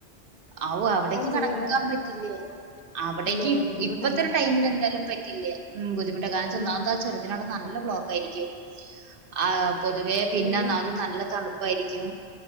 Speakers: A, on the right; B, on the left.
A: അവു അവടക്ക് കടക്കാൻ
B: ചെയ്യല്ലേ
A: പറ്റില്ല്യേ? അവിടേക്ക്
B: ഇല്ലല്ലേ ബുദ്ധിമുട്ടല്ലേ
A: ഇപ്പത്തെ ഒരു ടൈമിൽ ന്തായാലും പറ്റില്ല. ഉം ബുദ്ധിമുട്ടാ കാരണം ന്താച്ചാ ഒന്നാമത്
B: ആഹ്
A: ആ ചുരത്തിനവ്ടെ നല്ല ബ്ലോക്ക് ആയിരിക്കും. ആഹ് പൊതുവേ പിന്നെന്ന
B: അതല്ലേ
A: അത് നല്ല തണുപ്പായിരിക്കും.